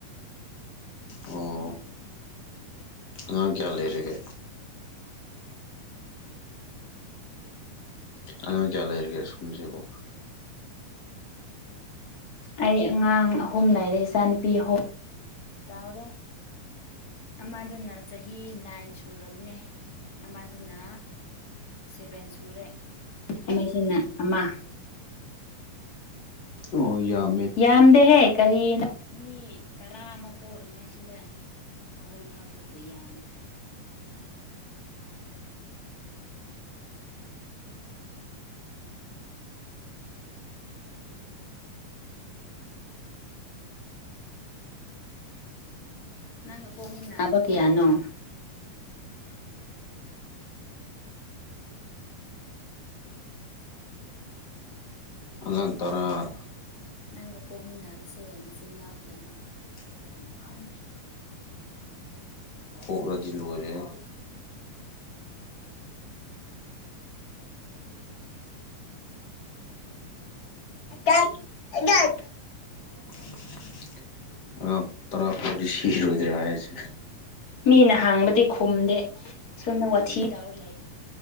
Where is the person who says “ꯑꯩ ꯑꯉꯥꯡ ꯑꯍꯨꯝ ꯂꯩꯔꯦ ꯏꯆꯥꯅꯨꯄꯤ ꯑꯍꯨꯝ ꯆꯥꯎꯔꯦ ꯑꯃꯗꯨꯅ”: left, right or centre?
Left